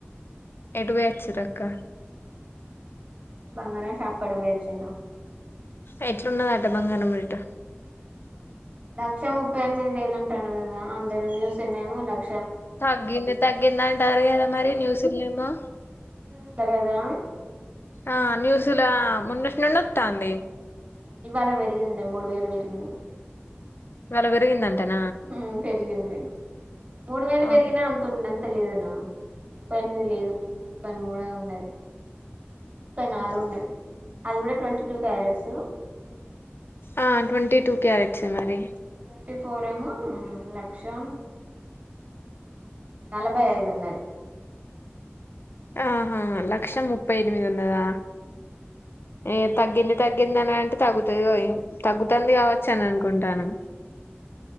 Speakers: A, on the left; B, on the right.
A: ఎటుపోయోచ్చిర్రక్క?
B: బంగారం షాప్కడకి పోయోచ్చిండ్రు.
A: ఎట్లున్నదంటా బంగారం రేట్?
B: లక్ష ముప్పై ఎనిమిది వేలు అంటాండు కదా, <unintelligible> న్యూస్ లో నేమో లక్
A: తగ్గింది తగ్గిందంటారు కదా మరి న్యూస్ ల నేమో
B: న్యూస్ ల కదా!
A: ఆ న్యూస్ లా మొన్నటి నుండి వత్తాంది.
B: ఇవ్వాళ పెరిగిందిలే మూడు వేలు పెరిగింది.
A: ఇవ్వాళ పెరిగిందటనా?
B: హ్మ్ పెరిగింది. మూడు వేలు
A: ఆ
B: పెరిగినా అంతుండ త్త లేదునా? ముప్పై ఎనిమిది లేదు ముప్పై మూడే ఉన్నది. ముప్పై నాలుగు ఉన్నది, అది కూడా ట్వంటీ టూ క్యారెట్సు.
A: ఆ ట్వంటీ టూ క్యారెట్సే మరి
B: ట్వంటీ ఫోర్ ఏమో లక్షా నలభై ఐదున్నది.
A: ఆహా లక్షం ముప్పై ఎనిమిదున్నదా? ఏ తగ్గింది తగ్గిందిని అంటే తగగుతుందో తగ్గుతుంది కావచ్చు అని అనుకుంటాను